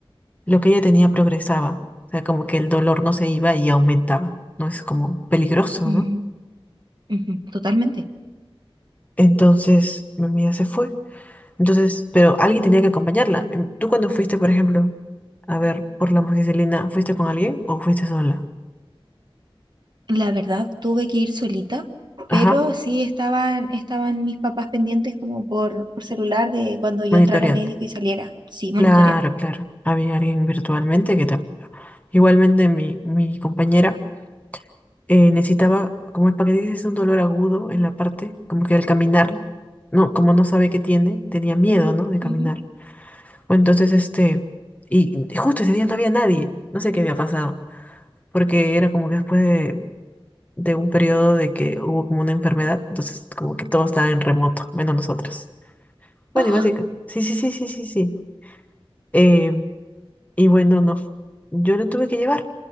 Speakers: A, on the left (about 15°); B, on the right (about 50°).
A: lo que ella tenía progresaba. O sea, como que el dolor no se iba y aumentaba, ¿no? Es como peligroso,
B: Mm,
A: ¿no?
B: ujú, totalmente.
A: Entonces mi amiga se fue. Entonces, pero alguien tenía que acompañarla. Em, Tú cuando fuiste, por ejemplo, a ver, por la amoxicilina, ¿fuiste con alguien o fuiste sola?
B: La verdad, tuve que ir solita,
A: Ajá,
B: pero sí estaban, estaban mis papás pendientes como por, por celular de cuando yo
A: monitoreando.
B: entrara médico y saliera, sí, monitoreando.
A: Claro, claro. Había alguien virtualmente que te apoyaba. Igualmente mi, mi compañera eh, necesitaba, como es para que dices, un dolor agudo en la parte, como que al caminar, no, como no sabe qué tiene, tenía miedo, ¿no? De caminar.
B: ujú.
A: O entonces, este, y y justo ese día no había nadie. No sé qué había pasado porque era como que después de, de un periodo de que hubo como una enfermedad, entonces como que todo estaba en remoto, menos nosotros. Bueno,
B: Oh,
A: y básicamente, sí, sí, sí, sí, sí, sí. Eh, y bueno, nos, yo lo tuve que llevar